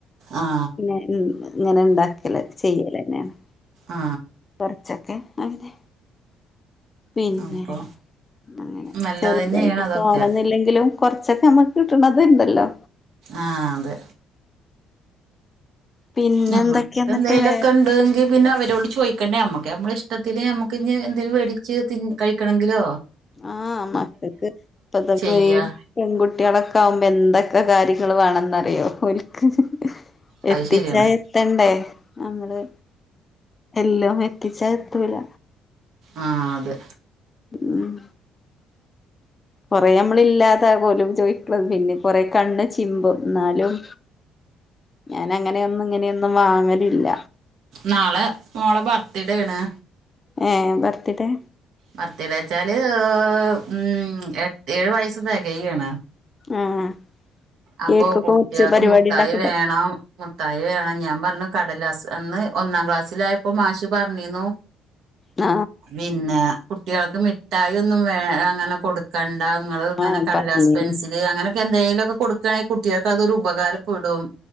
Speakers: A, on the right (about 70°); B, on the left (about 30°).
A: ആ
B: ഇങ്ങനെ ഇണ്ടാക്കല് ചെയ്യലെന്നെണ്
A: ആ
B: കൊർച്ചൊക്കെ അങ്ങനെ പിന്നെ
A: അപ്പൊ
B: അങ്ങനെ
A: നല്ലത്
B: ചെർതായിട്ട്
A: തന്നെയാണ് അതൊക്കെ
B: തോനന്നില്ലെങ്കിലും കൊർച്ചൊക്കെ നമ്മക്ക് കിട്ട്ണത് ഇണ്ടല്ലോ
A: ആ അതെ
B: പിന്നെ
A: ഞമ്മക്ക്
B: എന്തൊക്കെയാ എന്നിട്ട്
A: എന്തേലോക്കെ
B: വേറെ
A: ഇണ്ട് ങ്കി പിന്നെ അവരോട് ചോഴി ക്കണ്ടേ അമ്മക്ക് നമ്മള ഇഷ്ടത്തിന് ഞമ്മുക്ക് ഇഞ് എന്തേലും വേടിച്ച് തി കഴിക്കണങ്കിലോ
B: ആ മക്കൾക്ക് ഇപ്പ <unintelligible>
A: ചെയ്യാ
B: പെൺകുട്ടിയളൊക്ക ആവുമ്പേ എന്തേക്കെ കാര്യങ്ങള് വാണെന്നറിയോ ഓൽക്ക്
A: അത്
B: എത്തിച്ചാ
A: ശരിയാണ്
B: എ ത്തണ്ടേ നമ്മള് എല്ലം എത്തിച്ചാ എത്തൂല
A: ആ അതെ
B: ഉം കൊറെ നമ്മള് ഇല്ലാതാ പോലും ചോയിക്ക്ണത് പിന്നെ കൊറെ കണ്ണ് ചിമ്പും ന്നാലും ഞാന അങ്ങനെയൊന്നും ഇങ്ങനെയൊന്നും വാങ്ങലില്ല
A: നാളെ മോള ബർത്തിഡേ ആണ്
B: ഏ ബർത്തിഡേ
A: ബർത്തി ഡേ ച്ചാല് ഉം എ ഏഴ് വയസ്സ് തെകയാണ്
B: ആഹ്
A: അപ്പൊ
B: കേക്കൊക്കെ
A: കുട്ടിയെൾക്ക്
B: മുറിച്ച് പരിപാടി
A: മുട്ടായി
B: ഉണ്ടാക്ക്ണ്ടോ
A: വേണം മുട്ടായി വേണം ഞാൻ പർഞ്ഞു കടലാസ് അന്ന് ഒന്നാം ക്ലാസ്സിലായപ്പോ മാഷ് പർഞീന്നു
B: ആ
A: പിന്നെ കുട്ടിയെൾക്ക് മിഠായി ഒന്നും വേ അങ്ങനെ കൊട് ക്കണ്ട ഇങ്ങള് ഇങ്ങനെ
B: ആഹ്
A: കടലാസ്
B: പറഞ്ഞീനി
A: പെൻസില് അങ്ങനെ എന്തേയിലൊക്കെ കൊടുക്കാണെങ്കി കുട്ടിയാക്ക് അതൊരു ഉപകാരപ്പെടും